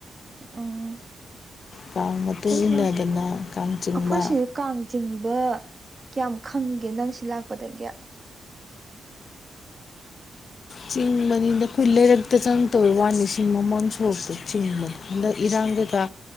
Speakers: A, on the right; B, on the left.
A: ꯎꯝ
B: ꯀꯥꯡ ꯃꯇꯨꯡ
A: ꯍꯩꯔꯨꯛ
B: ꯏꯟꯅꯗꯅ
A: ꯂꯥꯛ
B: ꯀꯥꯡ ꯆꯤꯡꯕ
A: ꯑꯩꯈꯣꯏ ꯁꯤꯗ ꯀꯥꯡ ꯆꯤꯡꯕ ꯀꯌꯥꯝ ꯈꯪꯒꯦ ꯅꯪ ꯁꯤ ꯂꯥꯛꯄꯗꯒꯤ
B: ꯆꯤꯡ ꯃꯅꯤꯡꯗ ꯈꯨꯜ ꯂꯩꯔꯛꯇ ꯆꯪꯗꯧꯋꯥꯅꯤ ꯃꯃꯥꯡ ꯁꯣꯔꯣꯛꯇꯨ ꯆꯤꯡꯕꯅꯤ ꯍꯟꯗꯛ ꯏꯔꯥꯡꯒ ꯈ